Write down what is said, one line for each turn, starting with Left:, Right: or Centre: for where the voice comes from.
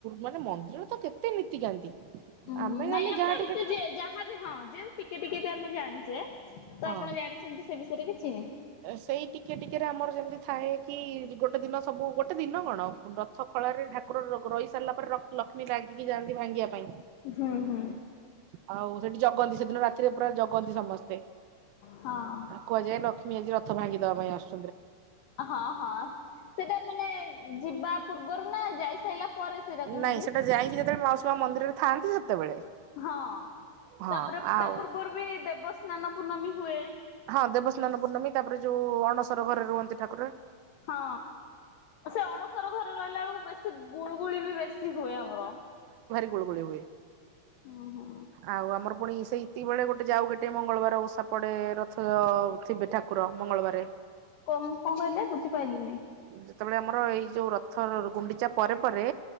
Right: ମାନେ ମନ୍ଦିର ତ କେତେ ନୀତିକାନ୍ତି।
Left: ଉହୁ
Right: ଆମେ
Left: ନାଇଁ
Right: ଖାଲି
Left: ଆମର
Right: ଯାହା
Left: ଏମତି
Right: ଟିକେ ଟିକେ
Left: ଯିଏ ଯାହା ବି ହଁ ଯଉ ଟିକେ ଟିକେ ବି ଆପଣ ଆପଣ ଜାଣିଛେ ତ
Right: ହଁ
Left: ଆପଣ ଜାଣିଛନ୍ତି ସେ ବିଷୟରେ କିଛି
Right: ସେଇ ଟିକେ ଟିକେରେ ଆମର ଯେମିତି ଥାଏ କି ଗୋଟେ ଦିନ ସବୁ ଗୋଟେ ଦିନ କଣ ରଥ ଖଳାରେ ଠାକୁର ର ରହି ସାରିଲା ପରେ ଲକ୍ଷ୍ମୀ ଲାଗିକି ଯାଆନ୍ତି ଭାଙ୍ଗିବା ପାଇଁ
Left: ହୁଁ ହୁଁ।
Right: ଆଉ ସେଠି ଜଗନ୍ତି ସେଦିନ ରାତି ପୁରା ଜଗନ୍ତି ସମସ୍ତେ
Left: ହଁ
Right: କୁହାଯାଏ ଲକ୍ଷ୍ମୀ ମୀ ଆଜି ରଥ ଭାଙ୍ଗି ଦେବା ପାଇଁ ଆସ
Left: ହଁ ହଁ। ସେଇଟା ମାନେ ଯିବା ପୂର୍ବରୁ ନା ଯାଇ ସାରିଲା ପରେ ସେଇଟା କୁହନ୍ତି?
Right: ନାଇଁ ସେଟା ଯାଇକି ଯେତେବେଳେ ମାଉସୀ ମା ମନ୍ଦିରରେ ଥାନ୍ତି ସେତେ ସେତେବେଳେ
Left: ହଁ
Right: ହଁ
Left: ତାପରେ
Right: ଆଉ
Left: ତା ପୂର୍ବରୁ ବି ଦେବସ୍ନାନ ପୂର୍ଣ୍ଣମୀ ହୁଏ
Right: ହଁ ଦେବସ୍ନାନ ପୂର୍ଣ୍ଣମୀ ତାପରେ ଯୋଉ ଅଣସର ଘରେ ରୁହନ୍ତି ଠାକୁର।
Left: ହଁ ସେ ଅଣସର ଘରେ ରହିଲା ବେଳକୁ ବେଶୀ ଗୁଳୁଗୁଳି ବି ବେଶୀ ହୁଏ ଆମର।
Right: ଗ ହୁଏ
Left: ଉଁ ହୁଁ
Right: ଆଉ ଆମର ପୁଣି ସେଇଏତିକି ବେଳେ ଗୋଟେ ଆଉ ଗୋଟେ ମଙ୍ଗଳବାର ଓଷା ପଡ଼େ ରଥଅ ଥିବେ ଠାକୁର ମଙ୍ଗଳବାର
Left: କଣ କଣ କହିଲେ ବୁଝିପାଇଲିନି?
Right: ଯେତେବେଳେ ଆମର ଏଇ ଯୋଉ ରଥ ଗୁଣ୍ଡିଚା ପରେ ପରେ